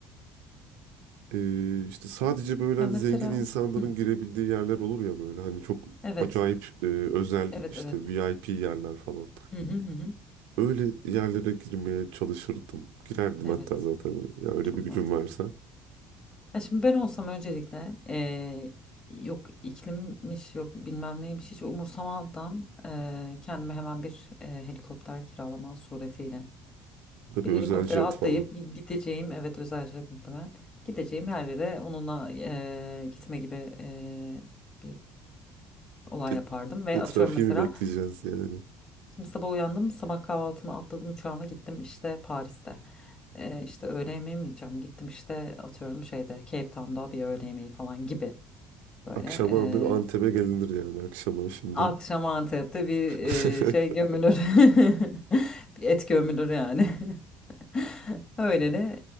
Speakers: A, on the right; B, on the left.
A: e, işte sadece böyle
B: Ya
A: hani
B: mesela
A: zengin insanların
B: hı,
A: girebildiği yerler olur ya böyle hani çok
B: evet.
A: acayip e, özel
B: Evet
A: işte
B: evet.
A: VIP yerler falan.
B: Hı hı hı. hı.
A: Öyle yerlere girmeye çalışırdım. Girerdim
B: Evet,
A: hatta zaten ya öyle
B: çok
A: bir gücüm
B: mantıklı.
A: varsa.
B: Ya şimdi ben olsam öncelikle eee, yok iklimmiş yok bilmem neymiş hiç umursamadan eee, kendime hemen bir eee, helikopter kiralama suretiyle
A: Tabii
B: bir helikoptere
A: özel jet
B: atlayıp
A: falan.
B: gi- gideceğim evet özel jet muhtemelen gideceğim her yere onunla eee, gitme gibi eee, bir olay
A: Bir
B: yapardım
A: de-
B: ve
A: bir de trafiği
B: atıyorum mesela
A: mi bekleyeceğiz yani?
B: Şimdi sabah uyandım, sabah kahvaltımı atladım uçağıma gittim işte Paris'te. Ee, işte öğle yemeği mi yiyeceğim? Gittim işte atıyorum şeyde Cape Town'da bir öğle yemeği falan gibi böyle.
A: Akşama
B: Ee,
A: abi Antep'e gelinir yani akşama şimdi.
B: akşam Antep'te bir
A: <laughs>
B: e, şey gömülür. <laughs> Bir et gömülür yani. <laughs> Öyle de